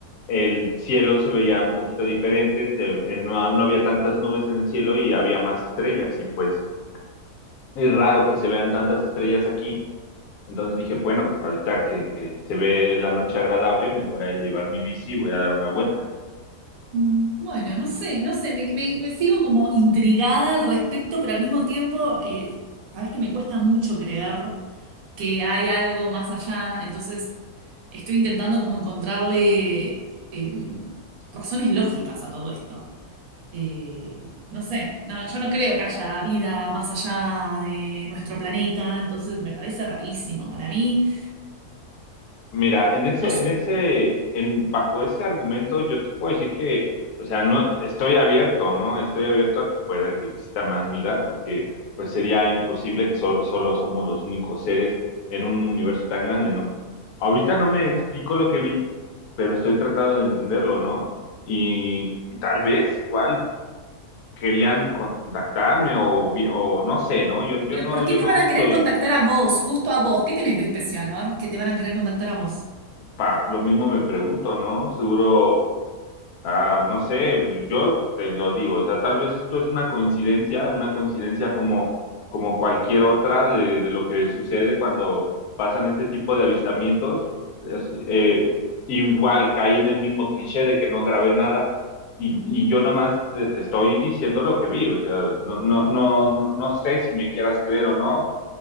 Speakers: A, on the left; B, on the right.
A: el cielo se veía un poquito diferente, se- eh, no, no había tantas nubes en el cielo y había más estrellas y pues es raro que se vean tantas estrellas aquí. Entonces dije, bueno, pues ahorita que que se ve la noche agradable, me voy a llevar mi bici y voy a dar una vuelta.
B: Mm, bueno, no sé, no sé, me, me- me sigo como intrigada al respecto, pero al mismo tiempo, eh, sabes que me cuesta mucho creer. que hay algo más allá. Entonces, estoy intentando como encontrarle em, razones lógicas a todo esto. Eh, no sé, no, yo no creo que haya vida más allá de nuestro planeta, entonces me parece rarísimo para mí.
A: Mira, en ese,
B: No sé.
A: en ese, en, bajo ese argumento, yo te puedo decir que, o sea, no, estoy abierto, ¿no? Estoy abierto a que pueda que exista más vida, porque pues sería imposible que so- solo somos los únicos seres en un universo tan grande, ¿no? Ahorita no me explico lo que vi, pero estoy tratando de entenderlo, ¿no? Y, y tal vez igual querían contactarme o, vi- o no sé, ¿no? Yo, yo
B: Pero
A: no,
B: ¿por qué
A: yo
B: te
A: no
B: van a
A: soy,
B: querer contactar a vos, justo a vos? ¿Qué tenés de especial? A ver, que te van a querer contactar a vos.
A: pa, lo mismo me pregunto, ¿no? Seguro. Ah, no sé, yo te lo digo, o sea, tal vez esto es una coincidencia, una coincidencia como, como cualquier otra de, de lo que sucede cuando pasan este tipo de avistamientos. Es- eh, igual cae en el mismo cliché de que no grabé nada y,
B: Ujú.
A: y yo nomás te, te estoy diciendo lo que vi, o sea, no, no, no, no, no sé si me quieras creer o no,